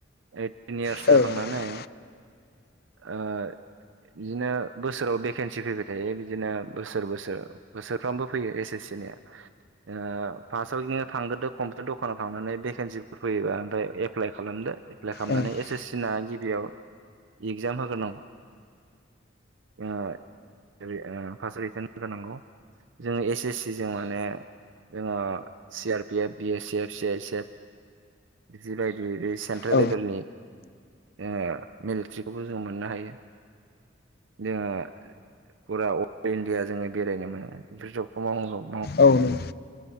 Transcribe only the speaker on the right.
ओइटिन इयार्स
जाखांनानै
ओ बिदिनो बोसोराव भेकेन्सि फैबाय थायो बिदिनो बोसोर बोसोर बोसोरफ्रामबो फैयो एस एस सि निया। ओ फासआव बिदिनो थांग्रोदो कम्पिउटार दखानाव थांनानै भेकेन्सिफोर फैयोबा ओमफ्राय एप्लाइ खालामदो। एप्लाइ खालामनानै
एस एस सिना गिबियाव इगजाम होग्रोनांगौ। ओ ओरै ओ पार्फयाव इगजाम होग्रोनांगौ। जोङो एस एस सि जों माने जोंङो C R P F, B S F, C ice F बिदि बायदि बायदि बे सेन्ट्रेल
लेभेलनि ओ मिलिट्रिखौबो जों मोननो हायो। जोङो फुरा अल इण्डिया जोङो बेरायनो मोनो बेफोर जबखौ मावनांगौ।